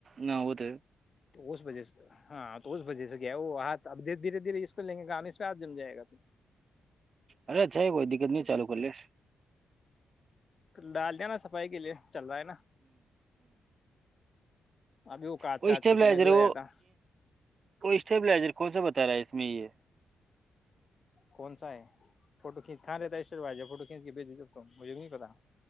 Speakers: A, on the right; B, on the left.
A: نہ ہو تو
B: اس وجہ سے ہاں تو اس بجی سے گ وہ ہاتھ ابے دھیرے دھیرے اس کو لیں گے گ اس پ ہات جم جائے گا تو
A: ارے چھ ہے کوئی دقت نہیں چالو کر لیس
B: ڈال دیا نا صفائی کے لیے چل رہا ہے نا ابھی وہ کانچ
A: کو
B: کانچ
A: اسٹیبائزر
B: کی تمہیں دھویا
A: وہ
B: تھا
A: کو اسٹیبلائزر کون سا بتا رہا ہے اس میں یہ <inaudible>
B: کون سا ہے فوٹو کنچ کا رہتا ہے عشر بھائی فو کھینچ کے بھیج جب تو مجے بھی نہیں پتا